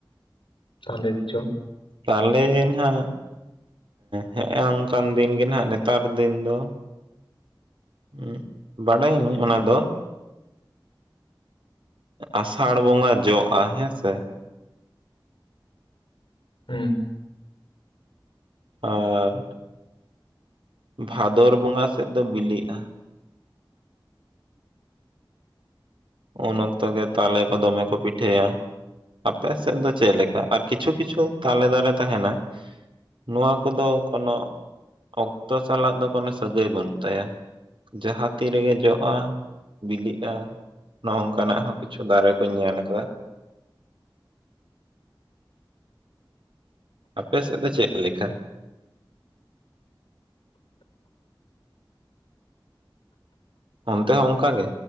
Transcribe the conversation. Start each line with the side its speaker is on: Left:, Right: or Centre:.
Left: ᱛᱟᱞᱮ ᱡᱚᱢ
Right: ᱛᱟᱞᱮ ᱱᱟᱜ ᱦᱮᱸ ᱚᱱᱠᱟᱱ ᱫᱤᱱ ᱜᱮ ᱱᱟᱜ ᱱᱮᱛᱟᱨ ᱫᱤᱱ ᱫᱚ ᱦᱩ ᱵᱟᱰᱟᱭᱤᱧ ᱚᱱᱟ ᱫᱚ᱾ ᱟᱥᱟᱲ ᱵᱚᱸᱜᱟ ᱡᱚᱜᱼᱟ ᱦᱮᱸ ᱥᱮ᱾
Left: ᱩ
Right: ᱟᱨ ᱵᱷᱟᱫᱚᱨ ᱵᱚᱸᱜᱟ ᱥᱮᱫ ᱫᱚ ᱵᱤᱞᱤᱜᱼᱟ᱾ ᱩᱱ ᱚᱠᱛᱚ ᱜᱮ, ᱛᱟᱞᱮ ᱠᱚ ᱫᱚᱢᱮ ᱠᱚ ᱯᱤᱴᱷᱟᱹᱭᱟ᱾ ᱟᱯᱮ ᱥᱮᱫ ᱫᱚ ᱪᱮᱫ ᱞᱮᱠᱟ, ᱟᱨ ᱠᱤᱪᱷᱩ ᱠᱤᱪᱷᱩ ᱛᱟᱞᱮ ᱫᱟᱨᱮ ᱛᱟᱦᱮᱱᱟ ᱱᱚᱣᱟ ᱠᱚᱫᱚ ᱠᱳᱱᱳ ᱚᱠᱛᱚ ᱥᱟᱞᱟᱜ ᱫᱚ ᱠᱳᱱᱳ ᱥᱟᱹᱜᱟᱹᱭ ᱵᱟᱹᱱᱩᱜ ᱛᱟᱭᱟ᱾ ᱡᱟᱦᱟᱸ ᱛᱤᱨᱮᱜᱮ ᱡᱚᱜᱼᱟ ᱵᱤᱞᱤᱜᱼᱟ᱾ ᱱᱚᱜ ᱱᱚᱝᱠᱟᱱᱟᱜ ᱦᱚᱸ, ᱠᱤᱪᱷᱩ ᱫᱟᱨᱮ ᱠᱚᱧ ᱧᱮᱞ ᱟᱠᱟᱫᱟ᱾ ᱟᱯ ᱥᱮᱫ ᱫᱚ ᱪᱮ ᱞᱮᱠᱟ ᱚᱱᱛᱮ ᱦᱚᱸ ᱚᱱᱠᱟ ᱜᱮ?